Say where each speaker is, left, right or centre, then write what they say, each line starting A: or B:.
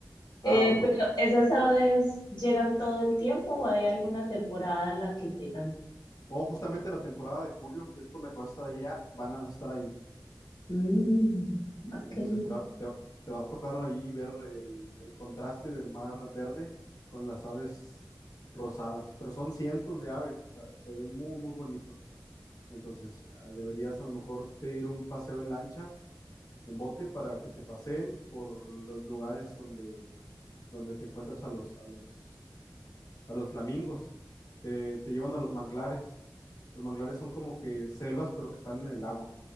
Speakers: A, on the left (about 55°); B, on the left (about 85°).
A: Ah,
B: Eh,
A: bueno.
B: pero esas aves llegan todo el tiempo o hay alguna temporada en la que llegan.
A: No, justamente la temporada de julio, que es por la que vas a estar allá, van a estar allí.
B: Mm, ah,
A: Entonces
B: qué lindo.
A: te va, te va- te va a tocar ahí ver el, el contraste del mar verde con las aves rosadas. Pero son cientos de aves, o sea, se ve muy, muy bonito. Entonces ah, deberías a lo mejor pedir un paseo en lancha en bote para que te paseen por los lugares donde, donde te encuentras a los, a los, a los flamingos. Te, te llevan a los manglares. Los manglares son como que selvas, pero que están en el agua.